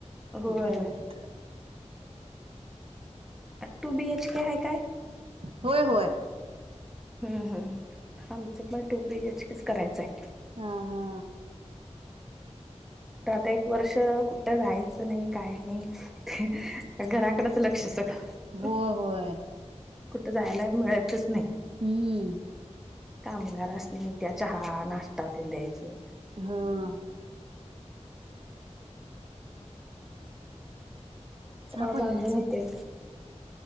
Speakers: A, in the centre; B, on the right.
A: होय
B: करत नाहीत
A: टू बीएच के आहे काय
B: होय होय
A: हम् हम् आमचं पण टू बी एच के च करायचंय
B: हा हा
A: आता एक वर्ष कुठं जायचं नाही काय नाही त्या घराकडच लक्ष सगळ
B: होय होय
A: कुठं जायला मिळतच नाही.
B: हम्म
A: कामगारासनी त्या चहा नाश्टा तिनं द्यायचं
B: हा
A: तवा
B: साप
A: बांधून
B: आलेलं
A: होते